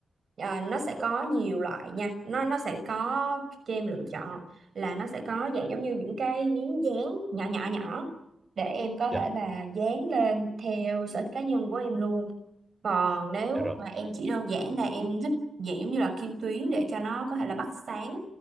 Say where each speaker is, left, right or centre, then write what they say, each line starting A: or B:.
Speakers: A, on the right; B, on the right.
A: Ờ, nó sẽ
B: dạ
A: có
B: rồi
A: nhiều loại nha, nó nó sẽ có cho em lựa chọn là nó sẽ có dạng giống như những cái miếng dán nhỏ nhỏ nhỏ để em có
B: dạ
A: thể là dán lên theo sở thích cá nhân của em luôn. Còn nếu
B: Dạ rồi
A: mà em chỉ đơn giản là em thích dạng giống như là kim tuyến để cho nó có thể là bắt sáng